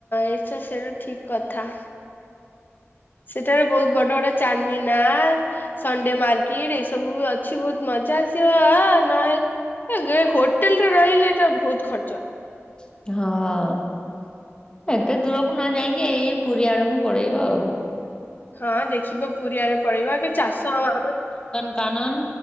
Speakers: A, on the left (about 40°); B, on the left (about 20°).
A: ଏ ତ ସେଇଟା ଠିକ କଥା। ସେଠାରେ ବହୁତ ବଡ ବଡ ଚାରମିନାର। ସଣ୍ଡେ ମାର୍କିଟ୍ ଏ ସବୁ ବି ଅଛି ବହୁତ ମଜା ଆସି ତ୍ ଅ ନହେଲେ ଏ ଗେ ହୋଟେଲରେ ରହିଲେ ଏଟା ବହୁତ ଖର୍ଚ୍ଚ।
B: ହଁ। ଏତେ ଦୂରକୁ ନ ଯାଇକି ଏଇ ପୁରୀ ଆଡକୁ ପଳେଇବ ଆଉ।
A: ହଁ ଦେଖିବା ପୁରୀଆରେ ପଳେଇବା କି ଚାଷ ଆମ ଆମର
B: କାନ୍‌ନ୍‌